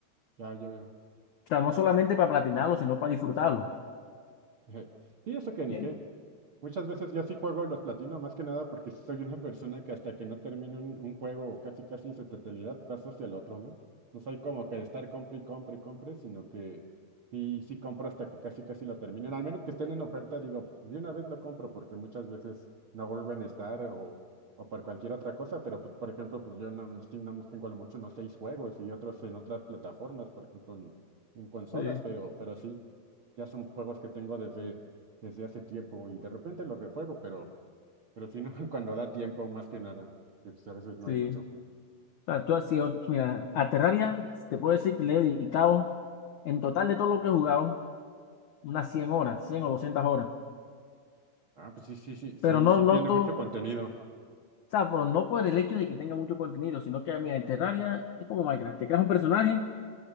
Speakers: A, on the right; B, on the left.
A: Ya, ya veo.
B: sea, no solamente para platinarlo, sino para disfrutarlo.
A: <laughs> Sí, eso que ni
B: Bien.
A: qué. Muchas veces yo sí juego y los platino, más que nada porque sí soy una persona que hasta que no termine un, un juego o casi casi en su totalidad, paso hacia el otro, ¿no? No soy como que de estar compre y compre y compre, sino que sí, sí compro hasta que casi casi lo terminen. Al menos que estén en oferta, digo, de una vez lo compro porque muchas veces no vuelven a estar o, o por cualquier otra cosa, pero pues, por ejemplo, pues yo no, en Steam nada más tengo a lo mucho, no seis juegos y otros en otras plataformas, por ejemplo, en, en consolas,
B: Sí,
A: pero, pero sí. ya son juegos que tengo desde, desde hace tiempo y de repente los rejuego, pero, pero si no, <laughs> cuando da tiempo, más que nada, que, pues, a veces no
B: sí.
A: hay mucho.
B: O sea, tú has sido, mira, a Terraria, te puedo decir que le he dedicado, en total de todo lo que he jugado, unas 100 horas, 100 o 200 horas.
A: Ah, pues sí, sí, sí, sí,
B: Pero no
A: sí
B: noto,
A: tiene mucho
B: o
A: contenido.
B: sea, pero no por el hecho de que tenga mucho contenido, sino que, mira, en Terraria es como Minecraft, te creas un personaje.